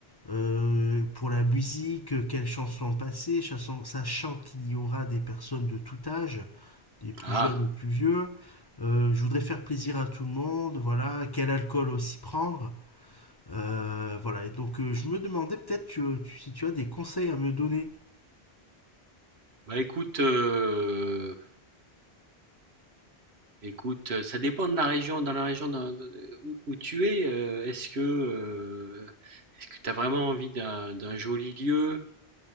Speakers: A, on the left (about 25°); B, on the right (about 75°).
A: euh, pour la musique, euh, quelles chansons passer, chanson- sachant qu'il y aura des personnes de tout âge, des plus
B: Ah,
A: jeunes et plus vieux. Euh, je voudrais faire plaisir à tout le monde, voilà, quel alcool aussi prendre. Euh, voilà, et donc euh, je me demandais peut-être tu- tu- si tu as des conseils à me donner.
B: bah écoute, heu, écoute, ça dépend de la région dans la région dans de où où tu es, heu, est-ce que, heu, est-ce que tu as vraiment envie d'un d'un joli lieu?